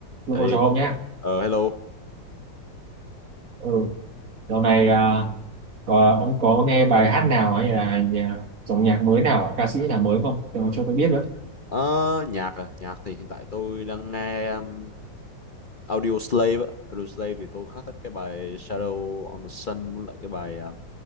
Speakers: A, on the right (about 45°); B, on the left (about 35°).
A: Đúng
B: Ê,
A: rồi, chào ông nhé.
B: ờ hello.
A: Ừ, dạo này à, có, ông có nghe bài hát nào hay là nhà, dòng nhạc mới nào, ca sĩ nào mới không? Cho, cho tôi biết với.
B: Ờ, nhạc à, nhạc thì hiện tại tôi đang nghe um, Audio Slave á. Audio Slave thì tôi khá thích cái bài Shadow on the Sun với lại cái bài um,